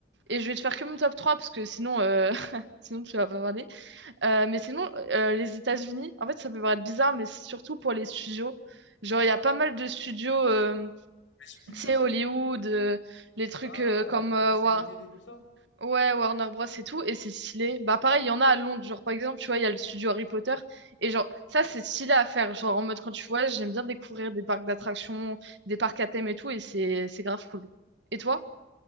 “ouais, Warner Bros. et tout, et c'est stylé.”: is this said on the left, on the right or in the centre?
Right